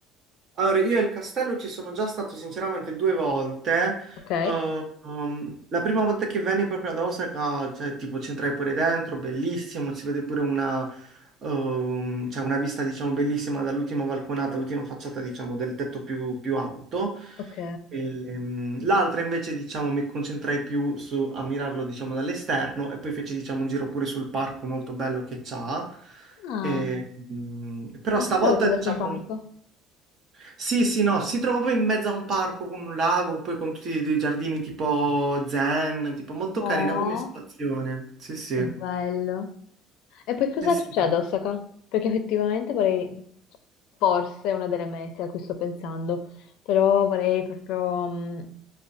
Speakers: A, on the right; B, on the left.
A: Allora, io e il castello ci sono già stato sinceramente due volte.
B: Ok,
A: Eh, um, la prima volta che venni proprio ad Osaka, cioè, tipo, ci entrai pure dentro, bellissimo, si vede pure una, ehm, cioè, una vista, diciamo, bellissima dall'ultima balconata, l'ultima facciata, diciamo, del tetto più, più alto.
B: ok.
A: Ehm, l'altra invece, diciamo, mi concentrai più su a mirarlo, diciamo, dall'esterno e poi feci, diciamo, un giro pure sul parco molto bello che c'ha.
B: Ah,
A: Ehm, però
B: non
A: stavolta,
B: si sapevo ci avesse
A: diciamo...
B: un parco.
A: Sì, sì, no, si trova proprio in mezzo a un parco con un lago, poi con tutti i giardini tipo zen, tipo molto
B: Oh.
A: carina come situazione. Sì, sì.
B: Che bello. E poi cosa
A: Eh sì.
B: c'è ad Osaka? Perché effettivamente vorrei, cioè, forse è una delle mete a cui sto pensando, però vorrei proprio mh,